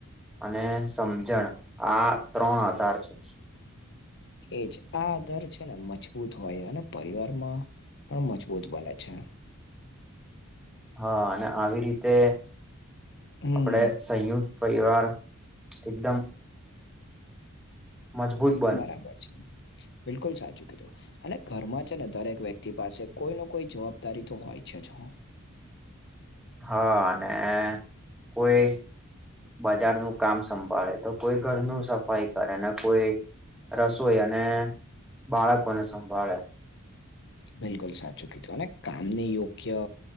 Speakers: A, in the centre; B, on the left (about 55°).
A: અને સમજણ આ ત્રણ આધાર છે.
B: એજ આ દર છે ને મજબૂત હોયને પરિવાર માં પણ મજબૂત બને છે
A: હા અને આવી રીતે
B: હમ
A: આપડે સંયુક્ત પરિવાર એકદમ. મજબૂત.
B: બરાબર છે, બિલકુલ સાચું કીધું. અને ઘરમાં છે ને, દરેક વ્યક્તિ પાસે કોઈ ન કોઈ જવાબદારી તો હોય છે જ હો.
A: હા, અને કોઈ બજારનું કામ સંભાળે, તો કોઈ ઘરનું સફાઈ એને કોઈ રસોઈ અને બાળકોને સંભાળે
B: બિલકુલ સાચું કીધું, અને કામને યોગ્ય